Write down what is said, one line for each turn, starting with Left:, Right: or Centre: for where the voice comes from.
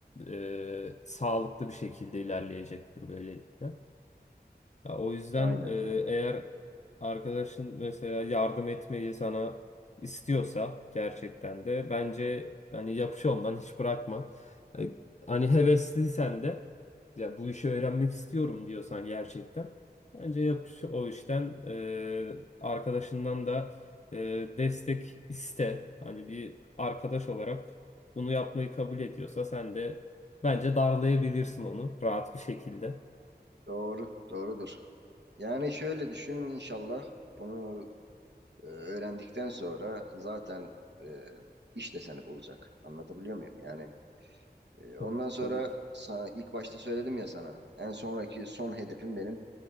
Left: e, sağlıklı bir şekilde ilerleyecektir böylelikle. Ya o yüzden
Right: Aynen
Left: e,
Right: öyle.
Left: eğer arkadaşın mesela yardım etmeyi sana istiyorsa gerçekten de bence hani yapış ondan hiç bırakma. E, hani hevesliysen de ya bu işi öğrenmek istiyorum diyorsan gerçekten bence yapış o işten e, arkadaşından da e, destek iste. Hani bir arkadaş olarak bunu yapmayı kabul ediyorsa sen de bence darlayabilirsin onu rahat bir şekilde.
Right: Doğru, doğrudur. Yani şöyle düşün inşallah bunu e, öğrendikten sonra zaten e, iş de seni bulacak. Anlatabiliyor muyum? Yani e, ondan
Left: Evet,
Right: sonra
Left: tabii ki.
Right: sana, ilk başta söyledim ya sana en sonraki son hedefim benim